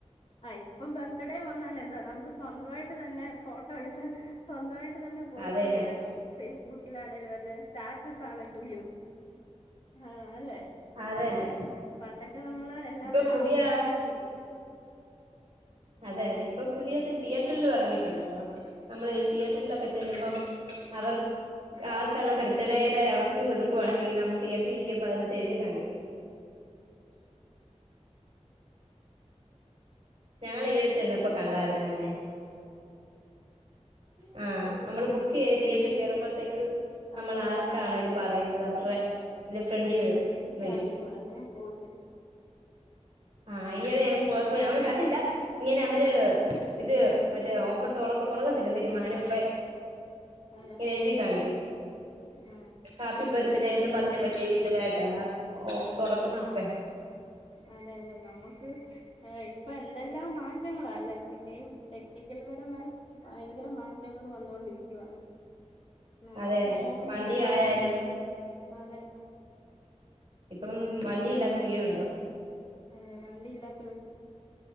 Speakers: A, on the left; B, on the right.
A: ആ ഇപ്പം ബർത്ത്ഡേ വന്നാല എന്താ നമുക്ക് സ്വന്തമായിട്ട് തന്നെ ഫോട്ടോ അവിടുത്തെ സ്വന്തമായിട്ട് തന്നെ പോസ്റ്റ്
B: അതന്നെ
A: ചെയ്യാലോ ഫേസ്ബുക്ക് ണേലും സ്റ്റാറ്റസ് ആണെങ്കിലും ആ അല്ലെ
B: അതന്നെ
A: പണ്ടൊക്കെ നമ്മള് എല്ലാവരും
B: ഇപ്പൊ പുതിയ
A: ആശ്രയിക്കേണ്ടി വരും
B: അതെ അതെ ഇപ്പൊ പുതിയത് തിയേറ്ററിൽ ഇറങ്ങിയിട്ടുണ്ടല്ലോ നമ്മള്
A: അതെ
B: ഈ തിയേറ്ററിലൊക്കെ ചെല്ലുമ്പോ അവർ
A: ഉം
B: ആർ കാലബര ഇത്തിടെരെ അവർക്ക് എടുക്കുവാണെങ്കിൽ നമ്മള് തിയേറ്ററിൽ ഇരിക്കുമ്പ അതിനെത്തെ എഴുതി കാണിക്കും ഞങ്ങൾ ഈട ചെന്നപ്പോ കണ്ടായിരുന്ന അങ്ങനെ ഉ ആ നമ്മള് ബുക്ക് ചെയ്ത് <unintelligible> മ്പത്തേക്ക് നമ്മൾ
A: അതെല്ലേ
B: ആർക്ക്ണോ ഇത് പറയുന്നത് അവരുടെ ഇത് ഫ്രണ്ടി
A: നമ്മക്ക് എനിക്ക്
B: വരും
A: അറിഞ്ഞൂടാ ഞാൻ പോയിട്ട്
B: ആഹ് യിടെ ഞങ്ങള് പോയപ്പോ ഞങ്ങൾ കണ്ടില്ല ഇങ്ങനെ അവര്
A: ആ
B: ഇത് മറ്റേ ഓപ്പൺ തോറ തുടങ്ങത്തില്ലേ സിനിമ അതിനുമുന്പേ
A: അതെല്ലേ
B: ങ്ങനെ എഴുതി കാണിക്കും
A: ആ
B: ഹാപ്പി ബർത്ത്ഡേ എന്നും പറഞ്ഞ പറ്റിയൊരു ഇതടാ തുറക്കുന്ന മുൻപേ
A: ആ തെല്ലെ നമ്മുക്ക് ഏ ഇപ്പൊ എന്തെല്ലാം മാറ്റങ്ങളാല്ലേ. പിന്നെയും ടെക്നിക്കൽപരമായി ഭയങ്കര മാറ്റങ്ങൾ വന്നൊണ്ടിരിക്കുവാണ് നമ്മുടെ
B: അതെ
A: സമൂഹം
B: അതെ വണ്ടി
A: ഇങ്ങനെ വളർന്നു
B: ആയാലും
A: അതെ
B: ഇപ്പം
A: ഉം
B: വണ്ടി ഇല്ലാത്ത വീടു ണ്ടോ
A: അതെ വണ്ടി ഇല്ലാത്